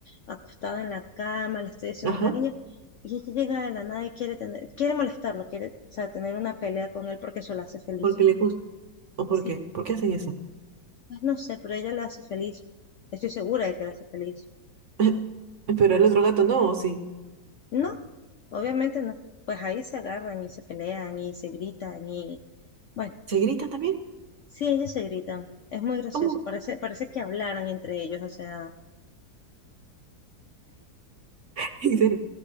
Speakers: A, on the left; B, on the right.
A: acostado en la cama, le estoy diciendo
B: Ajá.
A: un cariño, y ella llega de la nada y quiere tener, quiere molestarlo, quiere, o sea, tener una pelea con él porque eso la hace feliz.
B: Porque le gusta. ¿O por
A: Sí,
B: qué? ¿Por qué hacen eso?
A: pues no sé, pero ella le hace feliz. Estoy segura de que la hace feliz.
B: <laughs> Pero el otro gato no, ¿o sí?
A: No, obviamente no. Pues ahí se agarran y se pelean y se gritan y bueno,
B: ¿Se grita también?
A: sí, ellos se gritan. Es muy gracioso.
B: ¿Cómo?
A: Parece, parece que hablaran entre ellos. O sea,
B: <laughs> En serio.